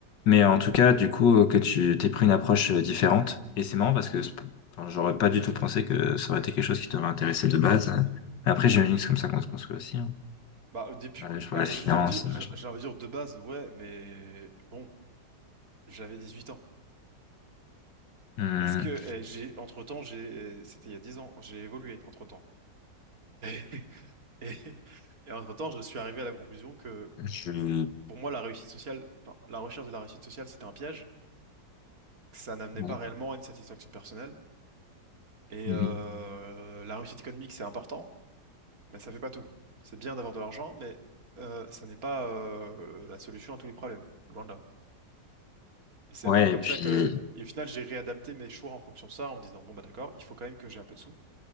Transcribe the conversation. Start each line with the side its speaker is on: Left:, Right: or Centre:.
Left: Mais en tout cas, du coup, euh, que tu t'es pris une approche euh, différente. Et c'est marrant parce que c'est- enfin, j'aurais pas du tout pensé que ça aurait été quelque chose qui t'aurait intéressé de base. Mais après, j'imagine que c'est comme ça qu'on se construit aussi. Hein.
Right: bah, depuis,
Left: Euh, je vois
Right: bah,
Left: la finance,
Right: j'ai envie de dire, j'ai
Left: machin.
Right: j'ai envie de dire de base, ouais, mais bon, j'avais 18 ans.
Left: Hum,
Right: Est-ce que euh, j'ai, entre-temps, j'ai, eh, c'était il y a 10 ans, j'ai évolué entre-temps. <laughs> Et, et entre-temps, je suis arrivé à la conclusion que
Left: je...
Right: pour moi, la réussite sociale, enfin, la recherche de la réussite sociale, c'était un piège. Ça n'amenait
Left: bon.
Right: pas réellement à une satisfaction personnelle. Et
Left: Mhm.
Right: euh, la réussite économique, c'est important, mais ça fait pas tout. C'est bien d'avoir de l'argent, mais euh, ça n'est pas euh, la solution à tous les problèmes, loin de là. Et c'est
Left: Ouais,
Right: un peu comme
Left: et puis,
Right: ça que, et au final, j'ai réadapté mes choix en fonction de ça, en me disant, bon, bah d'accord, il faut quand même que j'ai un peu de sous,